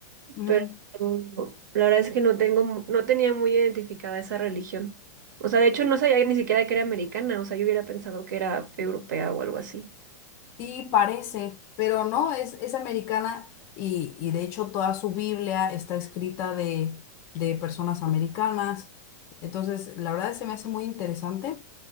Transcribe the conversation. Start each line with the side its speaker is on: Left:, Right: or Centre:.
Left: ujú.
Right: pero no- la verdad es que no tengo, no tenía muy identificada esa religión. O sea, de hecho no sabía ni siquiera que era americana, o sea, yo hubiera pensado que era europea o algo así.
Left: Sí, parece, pero no, es, es americana y, y de hecho toda su Biblia está escrita de, de personas americanas. Entonces, la verdad se me hace muy interesante.